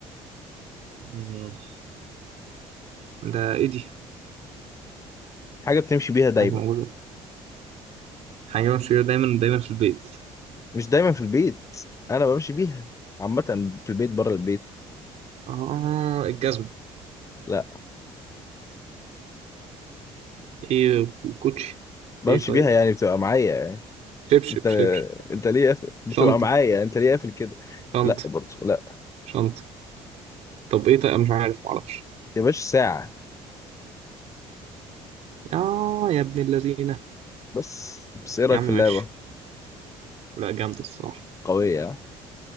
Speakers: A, on the right; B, on the left.
A: مم. ده ايه دي؟
B: حاجه بتمشي بيها دايما
A: حاجة موجودة حاجة موجودة دايما دايما في البيت
B: مش دايما في البيت انا بمشي بيها عامه في البيت بره البيت
A: اه الجزم
B: لا
A: ايه كو- كوتشي
B: بمشي
A: ايه طيب
B: بيها يعني بتبقى معايا يعني
A: شبشب
B: انت
A: شبشب
B: انت ليه قافل بتبقى
A: شنطة
B: معايا يعني انت ليه قافل كده
A: شنطة
B: لا برضه لا
A: شنطة طب ايه طيب أنا مش عارف معرفش
B: يا باشا ساعه
A: يا يا ابن اللذينة
B: بس بس ايه رايك
A: يا عم
B: في اللعبه
A: ماشي لا جامدة الصراحة
B: قويه ها؟